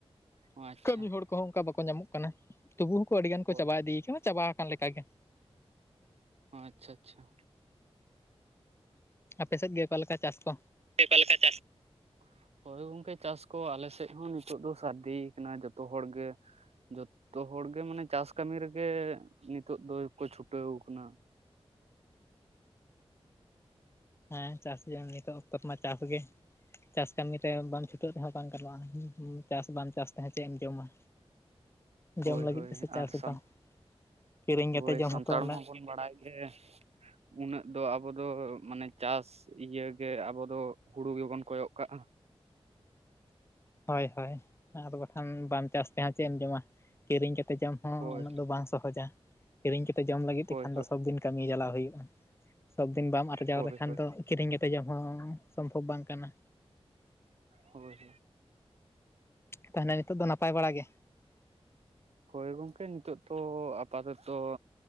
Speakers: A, on the right (about 75°); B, on the left (about 25°).
A: ᱚ ᱟᱪᱪᱷᱟ
B: ᱠᱟᱹᱢᱤ ᱦᱚᱲ ᱠᱚᱦᱚᱸ ᱚᱱᱠᱟ ᱵᱟᱠᱚ ᱧᱟᱢᱚᱜ ᱠᱟᱱᱟ᱾ ᱛᱩᱵᱩ ᱦᱚᱸᱠᱩ ᱟᱹᱰᱤ ᱜᱟᱱ ᱠᱚ
A: ᱦᱳᱭ
B: ᱪᱟᱵᱟ ᱤᱫᱤᱭ ᱠᱟᱱᱟ ᱪᱟᱵᱟ ᱟᱠᱟᱱ ᱞᱮᱠᱟ ᱜᱮ᱾
A: ᱳ ᱟᱪᱷᱟ ᱟᱪᱪᱷᱟ᱾
B: ᱟᱯᱮ ᱥᱮᱫ ᱜᱮ ᱚᱠᱟᱮ ᱞᱮᱠᱟ ᱪᱟᱥ ᱠᱚ?
A: ᱚᱠᱟ ᱞᱮᱠᱟ ᱪᱟᱥ ᱦᱳᱭ ᱜᱚᱝᱠᱮ ᱪᱟᱥ ᱠᱚ ᱟᱞᱮ ᱥᱮᱫ ᱦᱚᱸ ᱱᱤᱛᱚᱜ ᱫᱚ ᱥᱟᱹᱨᱫᱤ ᱠᱟᱱᱟ ᱡᱚᱛᱚ ᱦᱚᱲ ᱜᱮ᱾ ᱡᱚᱛᱚ ᱦᱚᱲ ᱜᱮ ᱢᱟᱱᱮ ᱪᱟᱥ ᱠᱟᱹᱢᱤ ᱨᱮᱜᱮ ᱱᱤᱛᱚᱜ ᱫᱚᱠᱚ ᱪᱷᱩᱴᱟᱹᱣ ᱟᱠᱟᱱᱟ᱾
B: ᱟᱪᱪᱷᱟ ᱦᱮᱸ ᱪᱟᱥ <inaudible> ᱱᱤᱛᱚᱜ ᱚᱠᱛᱚ ᱨᱮᱢᱟ ᱪᱟᱥ ᱜᱮ᱾ ᱪᱟᱥ ᱠᱟᱹᱢᱤ ᱨᱮ ᱵᱟᱢ ᱪᱷᱩᱴᱟᱹᱜ ᱛᱮᱦᱚᱸ ᱵᱟᱝ ᱜᱟᱱᱚᱜᱼᱟ᱾ ᱪᱟᱥ ᱵᱟᱢ ᱪᱟᱥ ᱛᱮ ᱦᱚᱸ ᱪᱮᱫ ᱮᱢ ᱡᱚᱢᱟ᱾
A: ᱦᱳᱭ
B: ᱡᱚᱢ ᱞᱟᱹᱜᱤᱫ
A: ᱦᱳᱭ
B: ᱜᱮ ᱥᱮ ᱪᱟᱥ
A: ᱟᱨ
B: ᱮᱫᱟᱢ,
A: ᱥᱟᱱ
B: ᱠᱤᱨᱤᱧ
A: ᱦᱳᱭ
B: ᱠᱟᱛᱮᱫ ᱡᱚᱢ
A: ᱥᱟᱱᱛᱟᱲ
B: ᱦᱚᱸᱛᱚ ᱩᱱᱟᱹᱜ
A: ᱢᱟᱵᱚᱱ ᱵᱟᱲᱟᱭ ᱜᱮ ᱩᱱᱟᱹᱜ ᱫᱚ ᱟᱵᱚ ᱫᱚ ᱢᱟᱱᱮ ᱪᱟᱥ ᱤᱭᱟ. ᱜᱮ ᱟᱵᱚ ᱫᱚ ᱦᱩᱲᱩ ᱜᱮᱵᱚᱱ ᱠᱚᱭᱚᱜ ᱠᱟᱜᱼᱟ᱾
B: ᱦᱳᱭ ᱦᱳᱭ ᱟᱨ ᱵᱟᱠᱷᱟᱱ ᱵᱟᱢ ᱪᱟᱥ ᱛᱮ ᱦᱚᱸ ᱪᱮᱫ ᱮᱢ ᱡᱚᱢᱟ᱾ ᱠᱤᱨᱤᱧ ᱠᱟᱛᱮ ᱡᱚᱢ ᱦᱚᱸ
A: ᱦᱳᱭ
B: ᱩᱱᱟᱹᱜ ᱫᱚ ᱵᱟᱝ ᱥᱚᱦᱚᱡᱟ ᱠᱤᱨᱤᱧ ᱠᱟᱛᱮ ᱡᱚᱢ ᱞᱟᱹᱜᱤᱫ
A: ᱦᱳᱭ
B: ᱛᱮᱠᱷᱟᱱ
A: ᱦᱳᱭ
B: ᱫᱚ ᱥᱚᱵ ᱫᱤᱱ ᱠᱟᱹᱢᱤ ᱪᱟᱞᱟᱣ ᱦᱩᱭᱩᱜᱼᱟ, ᱥᱚᱵ ᱫᱤᱱ ᱵᱟᱢ ᱟᱨᱡᱟᱣ
A: ᱦᱳᱭ
B: ᱞᱮᱠᱷᱟᱱ
A: ᱦᱳᱭ
B: ᱫᱚ ᱠᱤᱨᱤᱧ ᱠᱟᱛᱮ ᱡᱚᱢ ᱦᱚᱸ ᱥᱚᱢᱵᱷᱚᱵᱽ ᱵᱟᱝ ᱠᱟᱱᱟ᱾
A: ᱦᱳᱭ
B: ᱛᱟᱦᱮᱞᱮ ᱱᱤᱛᱚᱜ ᱫᱚ ᱱᱟᱯᱟᱭ ᱵᱟᱲᱟ ᱜᱮ᱾
A: ᱦᱳᱭ ᱜᱚᱝᱠᱮ ᱱᱤᱛᱚᱜ ᱛᱚ ᱟᱯᱟᱛᱚᱛᱚ